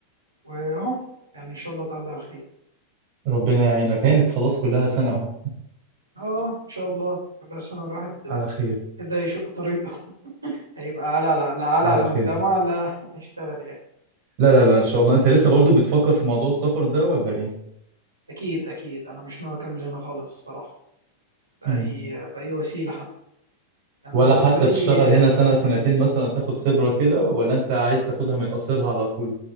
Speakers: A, on the right; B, on the right.
A: واهو يعني ان شاء الله تعدي على خير
B: ربنا يعينك كانت خلاص كلها سنة اهو
A: اه ان شاء الله كل سنة الواحد
B: على خير
A: ابتدى يشق طريقه هيبقى على لا لا على
B: على
A: على المجتمع
B: خير
A: لا لا هيشتغل يعني
B: لا لا لا ان شاء الله انت لسه برضو بتفكر في موضوع السفر ده ولا ايه
A: اكيد اكيد انا مش ناوي اكمل هنا خالص الصراحة بأي
B: مم.
A: بأي وسيلة حتى انا
B: ولا
A: بالنسبة
B: حتى
A: لي
B: تشتغل هنا
A: آه،
B: سنة سنتين مثلا تاخد خبرة كده ولا انت عايز تاخدها من قصرها على طول